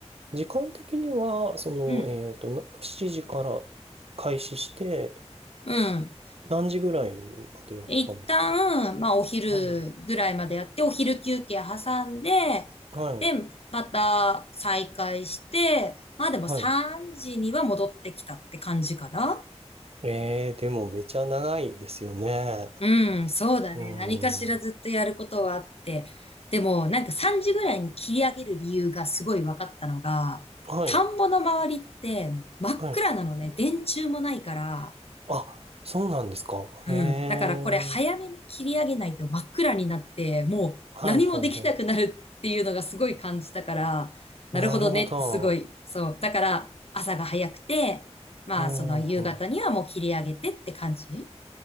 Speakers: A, on the right (about 60°); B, on the left (about 60°).
A: 時間的には、その、
B: うん。
A: えっと、な7時から開始して、
B: うん。
A: 何時ぐらいまでやったんですか
B: 一旦、まあ、お昼ぐらいまでやって、
A: はい。
B: お昼休憩挟んで、
A: はい。
B: で、また再開して、まあでも3時には戻ってきたって感じかな。
A: はい。ええ、でもめちゃ長いですよね。
B: うん、そうだね。
A: うん。
B: 何かしらずっとやることはあって。
A: は
B: でも、なんか3時ぐらいに切り上げる理由がすごい分かったのが、
A: い、
B: 田んぼの周りって真っ暗なのね。
A: はい。
B: 電柱もないから、
A: あ、そうなんですか。
B: うん。
A: へえ。
B: だからこれ早めに切り上げないと真っ暗になって、もう何もできなくなるっていうのがすごい感じたから、
A: はい、はい、は
B: なるほどねってすごい、
A: い。なるほど。
B: そう。だから朝が早くて、まあその夕方にはもう切り上げてって感じ
A: うん、う